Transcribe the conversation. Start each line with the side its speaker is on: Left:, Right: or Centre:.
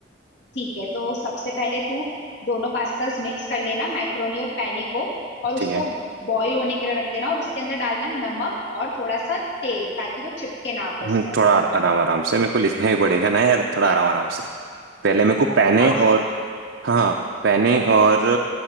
Left: ठीक है तो सबसे पहले तू दोनों पास्तास मिक्स कर लेना मैक्रोनी और पैने को और उसको
Right: ठीक है
Left: बॉईल होने के लिए रख देना और उसके अंदर डालना नमक और थोड़ा सा तेल ताकि वो चिपके ना आपस
Right: हम्म,
Left: में
Right: थोड़ा आर- आराम आराम से मेरे को लिखना ही पड़ेगा ना यार थोड़ा आराम आराम से पहले मेरे को पैने
Left: यार पास्ता
Right: और हाँ पैने और